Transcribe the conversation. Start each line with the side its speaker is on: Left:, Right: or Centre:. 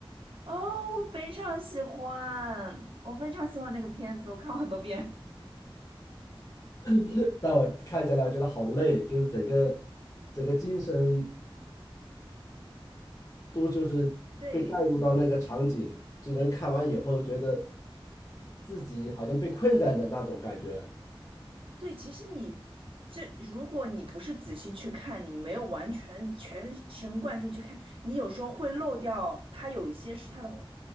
Right: 哦，我非常喜欢，我非常喜欢那个片子，我看过很多遍。
Left: <laughs> 但我看下来我觉得好累，就是整个整个精神都就是被带入到那个场景，
Right: <laughs> 对，
Left: 这人看完以后觉得自己好像被困在那那种感觉。
Right: 对，其实你这，如果你不是仔细去看，你没有完全全神贯注去看，你有时候会漏掉它有一些是它的画